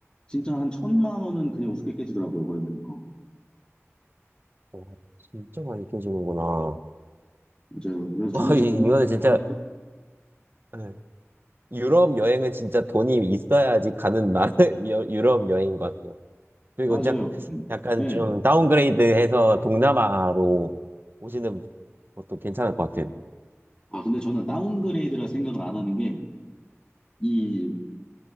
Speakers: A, on the left; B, on the right.
A: 진짜 한 천만 원은 그냥 우습게 깨지더라고요 거기 가니까
B: 와, 진짜 많이 껴주는구나.
A: 맞아요 그래서
B: 와,
A: 저는 제
B: 이,
A: 동남아
B: 이거는 진짜,
A: 좋아합니다
B: 네. 유럽 여행은 진짜 돈이 있어야지 가는 나라, <laughs> 여- 유럽 여행인 것 같아요. 그리고
A: 맞아요
B: 짝, 약간
A: 네.
B: 좀 다운그레이드 해서 동남아로 오시는 것도 괜찮을 것 같아요.
A: 아 근데 저는 다운그레이드라 생각을 안 하는 게 이